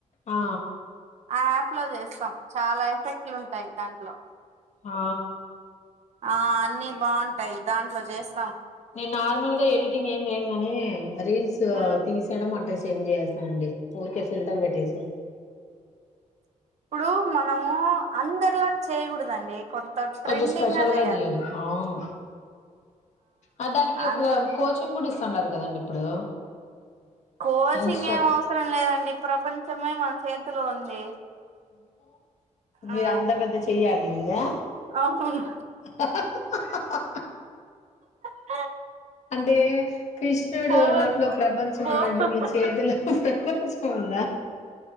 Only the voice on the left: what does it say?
ఆ
ఆ
నేను నార్మల్గా ఎడిట్ టింగ్ ఏమి చేయను గానీ రీల్స్
తీసేయడం అట్ సెండ్ చేస్తానండి ఊరికే ఫిల్టర్ పెట్టేసి
కొంచెం స్పెషల్
అవును ఆ దానికి ఒక
కోచింగ్ కూడా ఇస్ స్తున్నారు కదండి ఇప్పుడు
ఇన్స్టా
మీరు
అంతా పెద్ద చెయ్యండి మీదే
హా హా హాహా
అంటే కృష్ణుడు
నోట్లో ప్రపంచం
ఉన్నట్టు మీ చేతిలో ప్రపంచం ఉందా